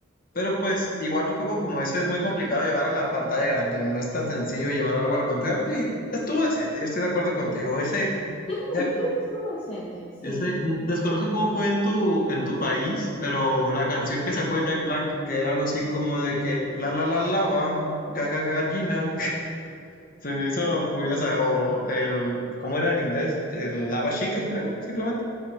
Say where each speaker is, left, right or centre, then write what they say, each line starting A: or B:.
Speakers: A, on the left; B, on the left.
A: Pero pues igual un juego como ese es muy complicado de llevar a la pantalla grande, no es tan sencillo llevar algo a la pantalla grande y estuvo decente, yo estoy de acuerdo contigo. Ese,
B: Yo también
A: Jack-
B: creo que estuvo decente, sí,
A: ese, mm, desconozco cómo fue en tu, en tu país, pero la canción que sacó el Jack Black, que era algo así como de que la la la la bam, ga, ga, gallina, <laughs> se me hizo curiosa, o el, ¿cómo era en inglés? El lava chicken, creo, simplemente.